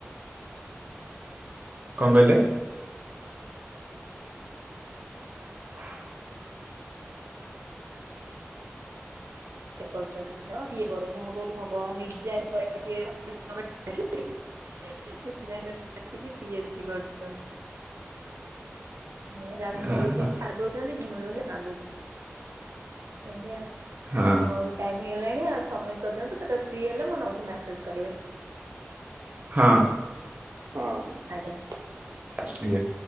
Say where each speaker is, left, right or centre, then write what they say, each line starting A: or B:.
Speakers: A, on the right; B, on the right.
A: କଣ କହିଲେ <inaudible>
B: ବିଟେକ୍ କରୁଛନ୍ତି <unintelligible> ମୁଁ କହିଲି ଭଗବାନ ଏଯାଏ <unintelligible> ଆସିକି ପିଏଚ୍ଡି କରୁଛନ୍ତି ନେହେ ଯାକୁ ମିଳୁଛି
A: ଆ ହା
B: ଛାଡ଼ି ଦଉଛନ୍ତି ଯେ ମିଳୁନି କାନ୍ଦୁଛି ଆଜ୍ଞା
A: ହଁ
B: ହଉ ଟାଇମ୍ ହେଇଗଲାଣି ଆଉ ସମ୍ମିଟି କରିଦିଅନ୍ତୁ କେତବେଳେ ଫ୍ରି ହେଲେ ମୋ ନମ୍ବରକୁ ମ୍ୟାସେଜ୍ କରିବେ।
A: ହଁ
B: ହଁ ଆଜ୍ଞା
A: ଆଜ୍ଞା